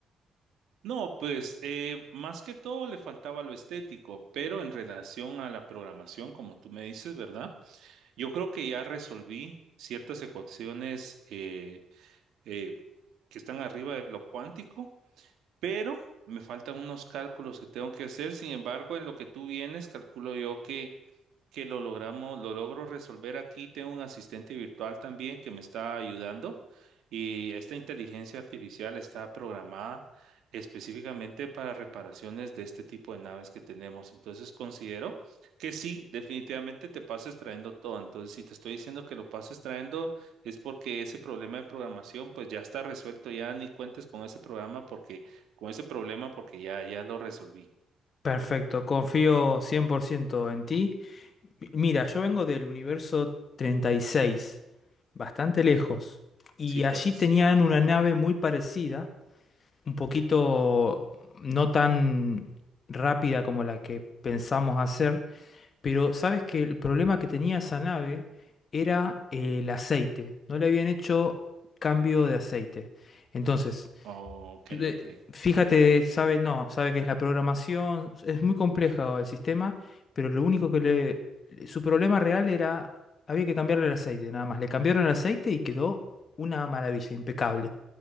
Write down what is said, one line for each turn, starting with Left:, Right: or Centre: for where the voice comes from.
Right: No, pues eh, más que todo le faltaba lo estético, pero en relación a la programación, como tú me dices, ¿verdad? Yo creo que ya resolví ciertas ecuaciones eh, eh, que están arriba de lo cuántico, pero me faltan unos cálculos que tengo que hacer. Sin embargo, en lo que tú vienes, calculo yo que que lo logramos, lo logro resolver aquí. Tengo un asistente virtual también que me está ayudando y esta inteligencia artificial está programada específicamente para reparaciones de este tipo de naves que tenemos. Entonces considero que sí, definitivamente te pases trayendo todo. Entonces, si te estoy diciendo que lo pases trayendo es porque ese problema de programación pues ya está resuelto, ya ni cuentes con ese programa porque con ese problema porque ya ya lo resolví.
Left: Perfecto, confío 100% en ti Mi- Mira, yo vengo del universo 36, bastante lejos, y
Right: Sí,
Left: allí
Right: pues.
Left: tenían una nave muy parecida, un poquito no tan rápida como la que pensamos hacer, pero sabes que el problema que tenía esa nave era el aceite, no le habían hecho cambio de aceite. Entonces,
Right: Ok,
Left: tú, eh,
Right: ok.
Left: Fíjate, sabe, no, sabe que es la programación, es muy compleja el sistema, pero lo único que le, le- su problema real era, había que cambiarle el aceite, nada más. Le cambiaron el aceite y quedó una maravilla, impecable.